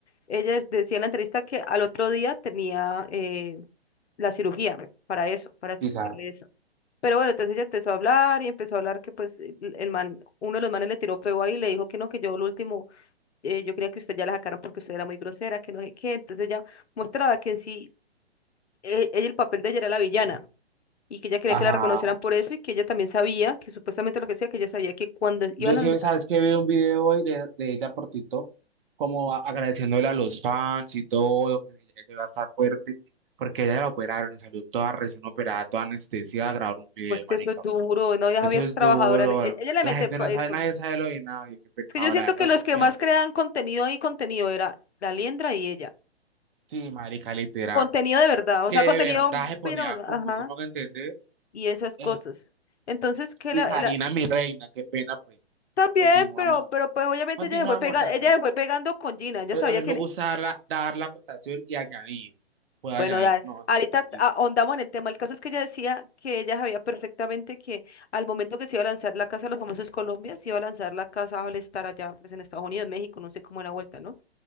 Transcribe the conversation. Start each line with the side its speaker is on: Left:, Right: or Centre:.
Left: ella es- decía en la entrevista que al otro día tenía eh, la cirugía para eso, para extirparle
Right: quizás.
Left: eso. Pero bueno, entonces ella empezó a hablar y empezó a hablar que pues el el man, uno de los manes le tiró feo ahí y le dijo que no, que yo lo último eh, yo creía que usted ya la sacaron porque usted era muy grosera, que no sé qué. Entonces ella mostraba que en sí, eh, ella, el papel de ella era la villana y que ella quería
Right: Ajá.
Left: que la reconocieran por eso y que ella también sabía, que supuestamente lo que sea, que ella sabía que cuando iban
Right: Yo sí,
Left: a,
Right: sabes que vi un video hoy de, de ella por TikTok, como a- agradeciéndole a los fans y todo, que ella ella iba a estar fuerte, porque ella la operaron y salió toda recién operada, toda anestesia a grabar un video,
Left: pues que
Right: marica.
Left: eso es duro, no, ella
Right: Eso
Left: había
Right: es
Left: trabajadora,
Right: duro,
Left: en- e-
Right: bro.
Left: ella, le
Right: La
Left: mete
Right: gente
Left: pa-
Right: no
Left: eso.
Right: sabe, nadie sabe lo de nadie, qué pecado,
Left: Es que yo siento
Right: la verdad
Left: que
Right: eso
Left: los que
Right: me
Left: más
Right: da pesar.
Left: crean contenido y contenido era la Liendra y ella.
Right: Sí, marica, literal.
Left: Contenido de verdad,
Right: Que
Left: o sea,
Right: de
Left: contenido,
Right: verdad se ponía
Left: bueno, bueno,
Right: como
Left: ajá,
Right: se me hago entender.
Left: y esas
Right: eh,
Left: cosas. Entonces, que
Right: y
Left: la,
Right: Karina,
Left: la-
Right: mi reina, qué pena, pues.
Left: También,
Right: Continúa,
Left: pero,
Right: mi amor.
Left: pero pues obviamente
Right: Continúa,
Left: ella se fue
Right: amor,
Left: pega,
Right: tranquilo.
Left: ella se fue pegando con Gina, ella
Right: Pues
Left: sabía
Right: a mí
Left: que,
Right: me gusta dar la, dar la cotación y añadir. Puedo
Left: bueno,
Right: añadir,
Left: dar,
Right: ¿no?
Left: ahorita
Right: Listo.
Left: ahondamos
Right: <laughs>
Left: en el tema, el caso es que ella decía que ella sabía perfectamente que al momento que se iba a lanzar la Casa de los Famosos Colombia, se iba a lanzar la Casa al estar allá, pues en Estados Unidos, México, no sé cómo era la vuelta, ¿no?